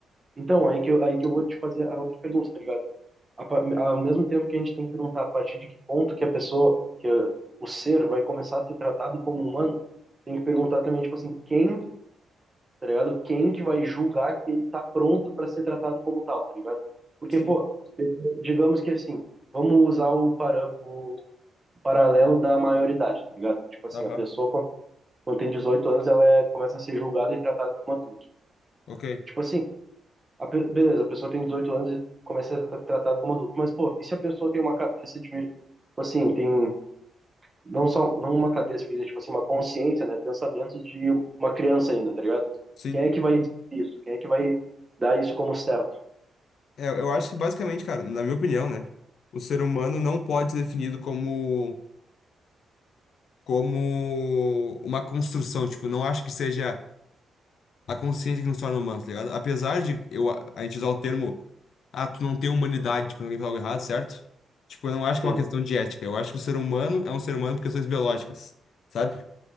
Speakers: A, on the right; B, on the left.
A: então aí que eu, aí que eu vou te fazer a outra pergunta, tá ligado? A pa- Ao mesmo tempo que a gente tem que perguntar a partir de que ponto que a pessoa, que eh, o ser vai começar a ser tratado como humano, tem que perguntar também, tipo assim, quem tá ligado? Quem que vai julgar que ele tá pronto para ser tratado como tal, tá ligado? Porque,
B: Sim.
A: pô, digamos que assim, vamos usar o, param o paralelo da maioridade, tá ligado? Tipo assim,
B: Aham.
A: a pessoa quando, quando tem 18 anos, ela é, começa a ser julgada e tratada como adulto.
B: Ok.
A: Tipo assim, a pe- beleza, a pessoa tem 18 anos e começa a ser tra- tratada como adulto, mas, pô, e se a pessoa tem uma cabeça de, tipo assim, tem não só não uma cabeça que tipo assim, uma consciência, né, pensamentos de uma criança ainda, tá ligado?
B: Sim.
A: Quem é que vai dizer isso? Quem é que vai dar isso como certo?
B: É, eu acho que basicamente, cara, na minha opinião, né? O ser humano não pode ser definido como. como uma construção, tipo, não acho que seja a consciência que nos torna humanos, tá ligado? Apesar de eu, a a gente usar o termo, ah, tu não tem humanidade quando alguém fala algo errado, certo? Tipo, eu não acho que
A: Sim,
B: é uma questão de ética. Eu acho que o ser humano é um ser humano por questões biológicas, sabe?